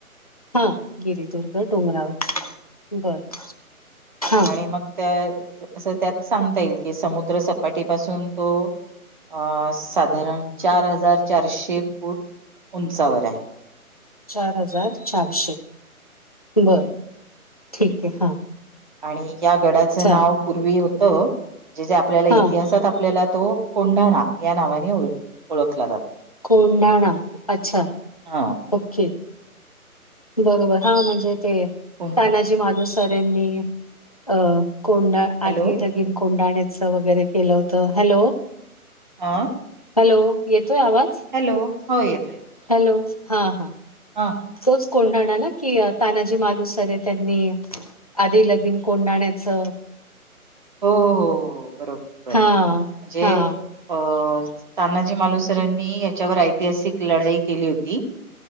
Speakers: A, on the left; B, on the right.
A: हां गिरिदुर्ग डोंगरावर बांधलेला, बर. हा
B: आणि मग त्या असं त्यात सांगता येईल, कि समुद्र सपाटीपासून तो अ.. साधारण चार हजार चारशे फूट उंचावर आहे.
A: चार हजार चारशे.. बरं..
B: हं.
A: ठीक आहे हा
B: आणि या गडाचं
A: चाल
B: नाव पूर्वी होतं, जे जे आपल्याला
A: हा
B: इतिहासात आपल्याला तो कोंढाणा या नावाने ओ ओळखला जातो.
A: कोंढाणा.. अच्छा
B: हा..
A: ओके बरोबर, हा म्हणजे ते
B: कोण
A: तानाजी मालुस करेन मी अ.. कोंढ...
B: हॅलो
A: आधी लग्न कोंढाण्याचं च.. वगैरे केलं होत, हॅलो!...
B: आ..
A: हॅलो!.. येतोय आवाज
B: हॅलो!.. हो येतो येत
A: हॅलो! हा हां
B: हा
A: तोच कोंडाणा ना की.. अ.. तानाजी मालूसरे त्यांनी आधी लगीन कोंडाण्याचं
B: हो हो बरोबर.. बरोबर
A: हा
B: म्हणजे
A: हा
B: अ.. तानाजी मालुसरांनी याच्यावर ऐतिहासिक लढाई केली होती.